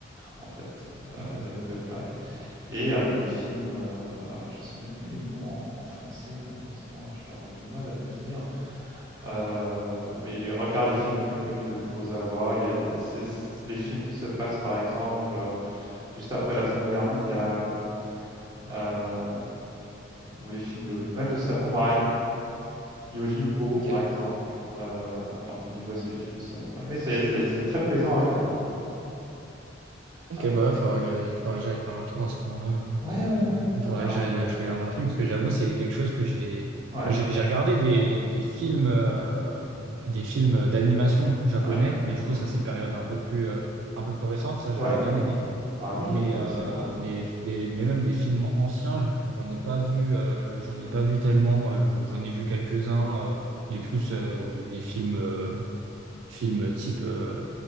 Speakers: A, on the right; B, on the right.
A: en fait, heu,
B: Ok.
A: la nouvelle vague. Et avec des films, euh, alors je ne sais même plus les noms en, en français malheureusement, j'aurais du mal à te dire. Euh, mais regarde les films les plus connus de Kurosawa. Il y a les, les films qui se passent par exemple euh, juste après la Seconde Guerre mondiale, euh, ou les films de même de samouraï, Yojimbo
B: Ok.
A: par exemple. Euh, alors tu me dis ouais c'est des films de samouraï, mais c'est c'est- c'est très plaisant à regarder en fait.
B: Ok,
A: Avec
B: bah
A: des...
B: ouais, faudrait que j'aille, faudrait que j'aille faire un tour à ce moment-là.
A: ouais ouais ouais.
B: Il faudrait
A: Alors
B: que j'aille, je regarde un film, parce que j'avoue, c'est quelque chose que j'ai,
A: ouais
B: enfin, j'ai j'ai regardé des, des films, euh, des films d'animation japonais,
A: ouais.
B: mais du coup,
A: Mhm.
B: ça, c'est période un peu plus, euh, un peu plus récente, ça,
A: Ouais.
B: j'avais bien aimé.
A: Ah oui, il
B: Mais,
A: y en a d'excellents.
B: euh,
A: ouais.
B: mais, des- mais même des films anciens, j'en ai pas vu, euh, j'en ai
A: Mmh
B: pas
A: mh.
B: vu tellement. euh, j'en ai vu quelques-uns, euh, mais plus
A: Mmh.
B: euh, des films, euh, films type, euh,